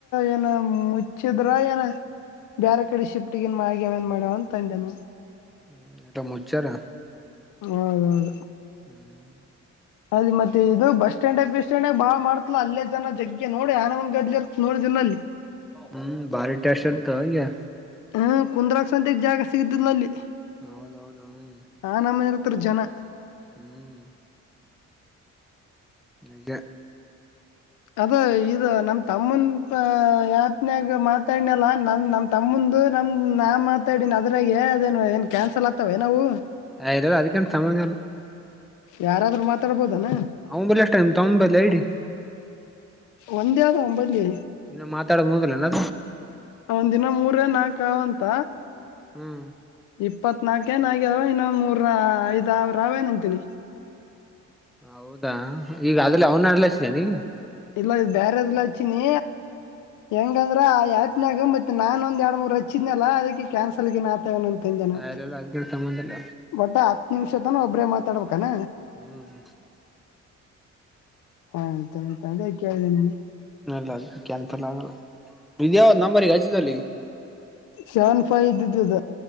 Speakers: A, on the left; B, in the centre.
A: ಏನ ಮುಚ್ಚಿದ್ರ ಏನ ಬೇರೆ ಕಡೆ ಶಿಫ್ಟ್ಗಿನ್ ಮಾ ಆಗ್ಯಾವೇನ್ ಮಾಡ್ಯವ ಅಂತ ತಂದೆ ನವು
B: ಹ್ಮ ಎಟ ಮುಚಾರ
A: ಹೌದೌದು
B: ಹ್ಮ್
A: ಅದ ಮತ್ತೆ ಇದು ಬಸ್ ಸ್ಟ್ಯಾಂಡ್ ಬಸ್ ಸ್ಟ್ಯಾಂಡ್ಾಗ ಬಾಳ ಮಾಡತಲಾ ಅಲ್ಲೇ ಜನ ಜಗ್ಗೆ ನೋಡಿ ಆಾನ ಒಂದ್ ಗದ್ಲಿ ಇ ನೋಡಿಲ್ಲ ಅಲ್ಲಿ <inaudible>
B: ಹ್ಮ್ ಬಾರಿಟ್ಯಾಷಲ್ತ ಆಾ
A: ಹಾ ಕುಂದ್ರಾಾಗ ಸಂತೆಗ್ ಜಾಗ ಸಿಗತಿಲ್ಲ ಅಲ್ಲಿ
B: ಹೌದೌದು ಹ್ಮ
A: ಆ ನಮ್ಮನೆ ಇರ್ತಾರ ಜನ
B: ಹ್ಮ್ ಅಂಗೇ
A: ಅದ ಇದು ನಮ ತಮ್ಮನ್ ಆ ಯತ್ನ್ಯಾಗ ಮಾತಾಡ್ನಲ್ಲ ನನ್ ನಮ ತಮ್ಮಂದು ನಮ್ ನ ಮತಾಡನ್ ಅದ್ರಾಗ ಅದೇನು ಏನ್ ಕ್ಯಾನ್ಸಲ್ ಆಗ್ತವೆ ನಾವು
B: ಆಯದು ರೂ ಅದಕ್ಕಂತ ಸಮಂಗಾಲ <unintelligible>
A: ಯಾರಾದ್ರರು ಮಾತಾಡ್ಬೋದನಾ
B: ಅವ ಬಲೆ ಎಷ್ಟ ೈಮ್ ತಮ್ಮ ಬಲೆ ಇಡಿ
A: ಒಂದೇ ಆದ ಒಂಬೈಲ್ಲಿ
B: ಇನ್ನ ಮಾತಾಡ ಮೂದಲನ
A: ಒಂದ್ ದಿನ ಮೂರ ನಾಕವ್ ಅಂತ
B: ಹ್ಮ್
A: ಇಪ್ಪತ್ನಾಲ್ಕೇನು ಆಗ್ಯಾವೆ ಇನ್ನು ಮೂರ ಐದುಾವಿರಾವೇನು ಅಂತೀನಿ
B: ಹೌದಾ ಈಗ ಅ್ರಲ್ಲಿ ಅವ್ನ ಅಡಲಿಸಿದ ನೀವು
A: ಇಲ್ಲ ಇದು ಬೇರೆದುಲ್ಲ ಇಚ್ಚಿನಿ ಹೆಂಗಂದ್ರ ಆಾತ್ನಾಗ ಮತ್ತತ್ ನಾನನ್ ಒಂದ ಎರಡು ಮೂರು ಹಚ್ಚಿದನಲ್ಲ ಅದಕ್ಕೆ ಕ್ಯಾನ್ಸಲ್ಗ ಆಯ್ತ್ ನಂತಜನ
B: ಅಲ್ಲ ಅದ ಸಂಬಂಧಲ್ಲ
A: ಒಟ್ಟ ಹತ್ತು ನಿಮಿಷ ತನ ಒಬ್ರೇ ಮಾತಾಡ್ಬೇಕಾನ
B: ಹ್ಮ್
A: ಹಾ ತೇ ಕೇಳ್ದನನು
B: ಅಲ್ಲ ಅದು ಕ್ಯಾನ್ಸಲ್ ಆಗಲ್ಲ ಇದ್ಯಾವ ನಂಬರ್ಗೆ ಹಚ್ಚಿದಲ್ಲಿ
A: ಶಾನ್ ಫೈ್ದಿದ್ದದ